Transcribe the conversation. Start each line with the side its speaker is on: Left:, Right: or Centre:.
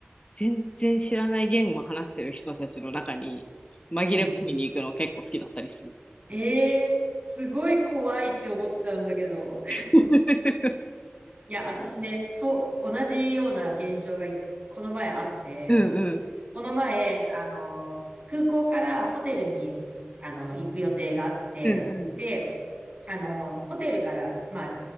Left: 全然知らない言語を話してる人たちの中に紛れ込みに行くの結構好きだったりする。
Right: うん。えー、すごい怖いって思っちゃうんだけど。
Left: <laughs>
Right: いや、私ね、そう、同じような現象がいこの前あって、
Left: うんうん。
Right: この前、あの、空港からホテルに、あの、行く予定があって、
Left: うんうん。
Right: で、あの、ホテルから、まあ、